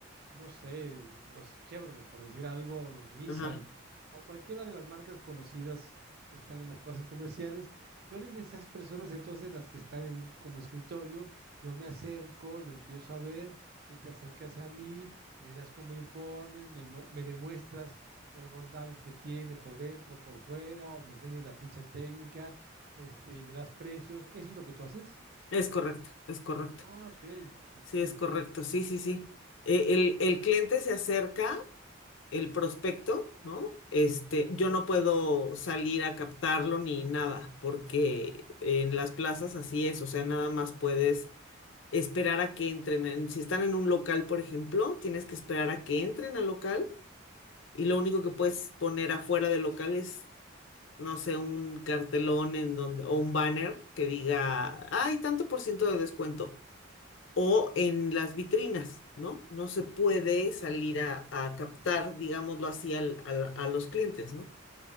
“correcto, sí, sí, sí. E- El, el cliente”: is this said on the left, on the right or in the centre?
Left